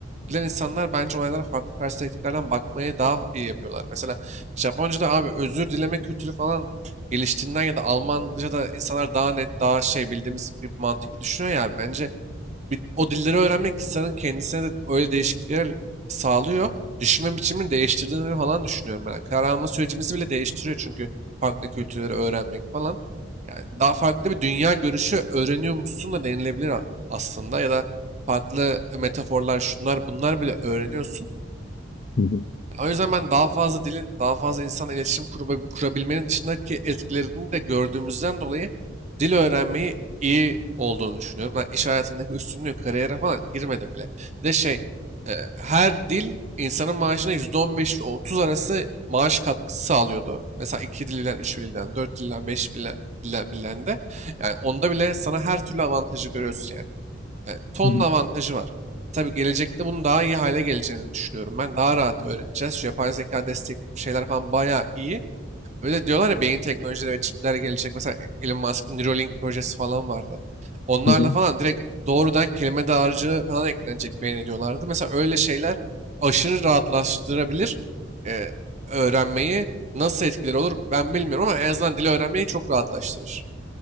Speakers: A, on the right (about 35°); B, on the left (about 55°).
A: bilen insanlar bence olaylara farklı perspektiflerden bakmayı daha iyi yapıyorlar. Mesela Japonca'da abi özür dileme kültürü falan geliştiğinden ya da Almanca'da insanlar daha net, daha şey bildiğimiz gibi mantıklı düşünüyor ya. Bence bir, o dilleri öğrenmek insanın kendisine de öyle değişiklikler sağlıyor. Düşünme biçimini değiştirdiğini falan düşünüyorum ben. Karar alma sürecimizi bile değiştiriyor çünkü farklı kültürleri öğrenmek falan. Yani daha farklı bir dünya görüşü öğreniyormuşsun da denilebilir a- aslında ya da farklı metaforlar şunlar bunlar bile öğreniyorsun.
B: Hı
A: O yüzden ben daha fazla dilin, daha fazla insanla iletişim kurba- kurabilmenin dışındaki etkilerini de gördüğümüzden dolayı dil öğrenmeyi iyi olduğunu düşünüyorum. Ben iş hayatındaki üstünlüğü, kariyere falan girmedim bile. Bir de şey, e, her dil insanın maaşına %15 ile 30 arası maaş katkısı sağlıyordu. Mesela iki dilden, üç dilden, dört dilden, beş bile- dilden, dilden de. Yani onda bile sana her türlü avantajı görüyorsun yani. Yani tonla
B: hı.
A: avantajı var. Tabii gelecekte bunun daha iyi hale geleceğini düşünüyorum. Ben daha rahat öğreneceğiz. Şu yapay zeka destekli şeyler falan bayağı iyi. Öyle diyorlar ya beyin teknolojileri ve çipler gelecek. Mesela Elon Musk'ın Neuralink projesi falan vardı. Onlarla
B: Hı hı.
A: falan direkt doğrudan kelime dağarcığı falan eklenecek beyin diyorlardı. Mesela öyle şeyler aşırı rahatlaştırabilir e, öğrenmeyi. Nasıl etkileri olur ben bilmiyorum ama en azından dili öğrenmeyi çok rahatlaştırır.